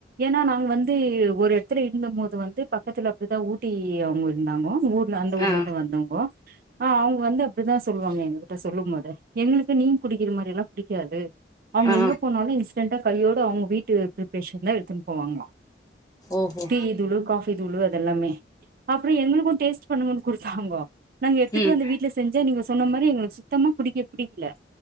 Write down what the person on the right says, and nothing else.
ஏன்னா நாங்க வந்து ஒரு எடத்துல இருந்த மோது வந்து பக்கத்துல அப்படிதா ஊட்டி அவுங்க இருந்தாங்கோ ஊ அந்த ஊர்ல
இருந்து வந்தவங்கோ ஆ அவங்க வந்து அப்படிதா சொல்லுவாங்க எங்க கிட்ட சொல்லும் போது எங்களுக்கு நீங் குடிக்கிற மாரி எல்லா புடிக்காது அவங்க
எங்க போனாலு இஸ் ரெண்டு கையோட அவ்ங்க வீட்டு பிப்ரேஷன் தா எடுத்துன்ட்டு போவாங்களாம்
டி தூளு காஃபி தூளு து எல்லாமே அப்றோ எங்களுக்கும் டேஸ்ட் பண்ணுங்கனு கொடுத்தாங்கோ நாங்க எட்த்துட்டு
வந்து வீட்டு்ல செஞ்ச நீங்க சொன்ன மாரி எங்களுக்கு சுத்தமா புடிக்க புடிக்ல